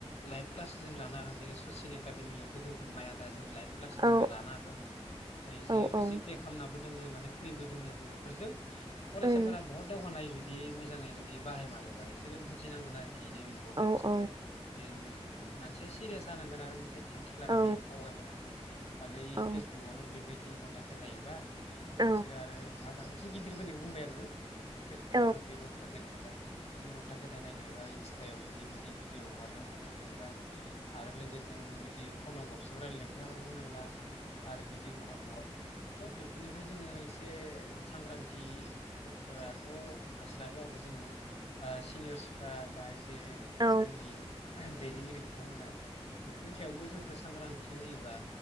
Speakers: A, on the left; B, on the right.
A: लाइभ क्लास जों लानो हागोन जेरै कसिन एकादेमियावथ' जों थांनो हाया दा जों लाइभ क्लास
B: औ
A: जोङो लानो हागोन आइजो
B: औ औ
A: इसे पे खालामनाबो दोङो माने फ्रिबो दोङो जि बेफोरजों फरायसाफोरा
B: उम
A: बहुद दावगाननाय जुद दे मोज मोजाङै जुदि बाहायमारोबा इसोरो बुजिनांगोन आरोखि। इदिनो इमपर्टेन्सखो
B: औ औ
A: ए मे मानसिया सिरियास जानांगोन आरो मोनसे थांखि लानानै
B: औ
A: आवगायबोनांगोन। खालि
B: औ
A: फेसबुकावनो जुदि दु तिन घन्टा खेदायोबा
B: औ
A: बिसोरो आरो मा जा एसे गिदिरफोरनि बुंबाय आङो। जदि फेसबुकवनो
B: औ
A: जेमान देर घन्टा तिन घन्टा खेदा नागिरबा इन्स्टायाव जुदि बिदि भिडिअ हगारनायाव थाबाय थायोबा आरो लोगोजों बिदि फनाव गबसब रायलायनायखौथ' आरो बुंनांला। आरो बिदि बहत बहत थ बेफोरनिफ्राय जोङो एसे सांग्रांथि गथ'फोराथ हास्लाब लाबाबो जोङो सिनिर्स्राफ्राबा बे
B: औ
A: जोंनि दैदेनगिरि बिथांमोना बेफोरनि सायावबो जोंखौ सांग्रांथि होयोबा